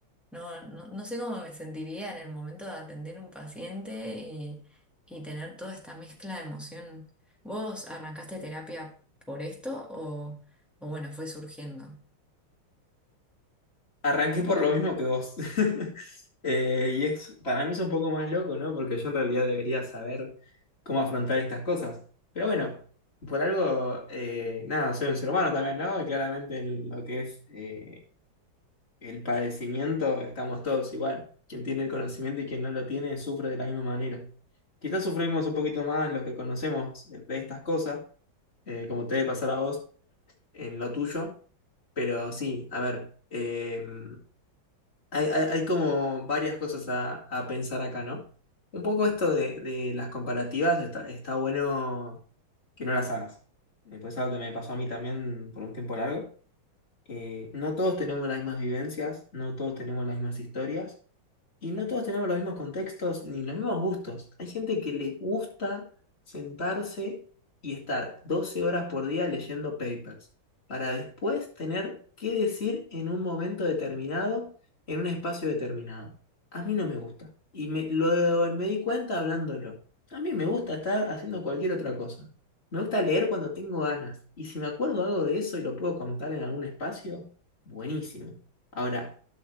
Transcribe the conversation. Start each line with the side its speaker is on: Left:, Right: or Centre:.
Centre: no, no, no sé cómo me sentiría en el momento de atender un paciente y, y tener toda esta mezcla de emoción. ¿Vos arrancaste terapia por esto o, o bueno, fue surgiendo?
Left: Arranqué por lo mismo que vos. <laughs> Eh, y es, para mí es un poco más loco, ¿no? Porque yo en realidad debería saber cómo afrontar estas cosas. Pero bueno, por algo, eh, nada, soy un ser humano también, ¿no? Y claramente en lo que es eh, el padecimiento estamos todos igual. Quien tiene el conocimiento y quien no lo tiene sufre de la misma manera. Quizás sufrimos un poquito más los que conocemos eh, de estas cosas, eh, como te debe pasar a vos en lo tuyo. Pero sí, a ver, em, hay, hay- hay como varias cosas a, a pensar acá, ¿no? Un poco esto de, de las comparativas, está, está bueno que no las hagas. Eh, Pues es algo que me pasó a mí también por un tiempo largo eh, no todos tenemos las mismas vivencias, no todos tenemos las mismas historias y no todos tenemos los mismos contextos ni los mismos gustos. Hay gente que le gusta sentarse y estar 12 horas por día leyendo papers para después tener qué decir en un momento determinado, en un espacio determinado. A mí no me gusta y me, lo, me di cuenta hablándolo. A mí me gusta estar haciendo cualquier otra cosa. Me gusta leer cuando tengo ganas. Y si me acuerdo algo de eso y lo puedo contar en algún espacio, buenísimo. Ahora,